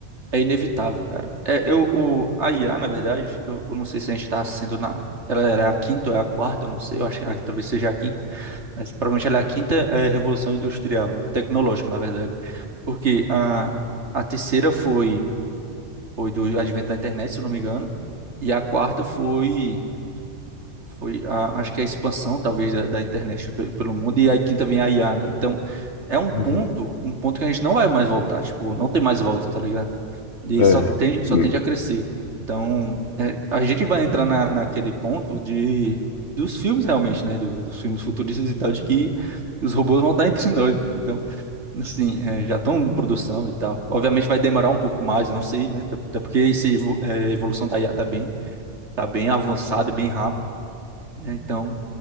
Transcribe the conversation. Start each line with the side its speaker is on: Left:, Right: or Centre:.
Right: É inevitável, cara. É, eu, o, a IA, na verdade, eu, eu não sei se a gente está sendo na. Ela era a quinta ou é a quarta, eu não sei, eu acho que ah, talvez seja a quinta, mas provavelmente ela é a quinta é, revolução industrial, né? Tecnológica, na verdade. Porque a, a terceira foi, foi do advento da internet, se eu não me engano, e a quarta foi, foi a, acho que é a expansão, talvez, da, da internet pe- pelo mundo, e a quinta vem a IA, né? Então, é um ponto,
Left: Uhum.
Right: um ponto que a gente não vai mais voltar, tipo, não tem mais volta, tá ligado? E
Left: É,
Right: só tende, só
Left: Hum.
Right: tende a crescer. Então, é, a gente vai entrar na, naquele ponto de dos filmes realmente, né? do- dos filmes futuristas e tal, de que os robôs vão estar entre nós. Então, assim, é, já estão em produção e tal. Obviamente vai demorar um pouco mais, eu não sei, né? Até até porque essa evolução da IA tá bem, tá bem avançada e bem rápida, né? Então